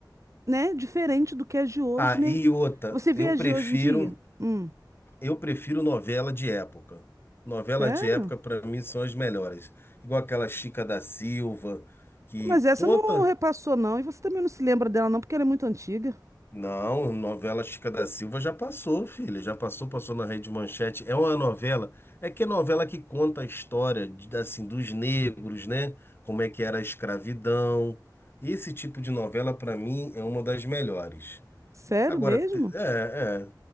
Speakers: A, on the right (about 45°); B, on the left (about 30°).
A: né, diferente do que as de hoje,
B: Ah,
A: né?
B: e outra,
A: Você vê
B: eu
A: as
B: prefiro.
A: de hoje em dia? Hum,
B: Eu prefiro novela de época. Novela
A: sério?
B: de época, para mim, são as melhores. Igual aquela Chica da Silva, que
A: Mas essa
B: conta.
A: não repassou, não, e você também não se lembra dela, não, porque ela é muito antiga.
B: Não, novela Chica da Silva já passou, filha. Já passou, passou na Rede Manchete. É uma novela. É que é novela que conta a história, de- assim, dos negros, né? Como é que era a escravidão. Esse tipo de novela, para mim, é uma das melhores.
A: Sério
B: Agora,
A: mesmo?
B: te- é, é.